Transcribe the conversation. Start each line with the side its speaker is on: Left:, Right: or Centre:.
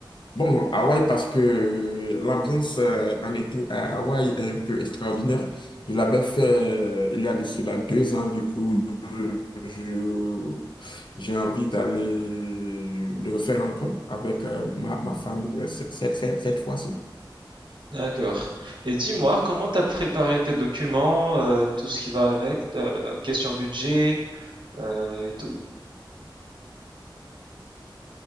Left: Bon, Hawaï, parce que l'ambiance euh, en été à Hawaï est un peu extraordinaire. Je l'avais fait euh, il y a de cela deux ans, du coup, je, j'ai envie d'aller le refaire encore avec euh, ma, ma famille euh, cette, cette- cette- cette fois-ci.
Right: D'accord. Et dis-moi, comment t'as préparé tes documents, euh, tout ce qui va avec, t'as la question budget, euh, et tout?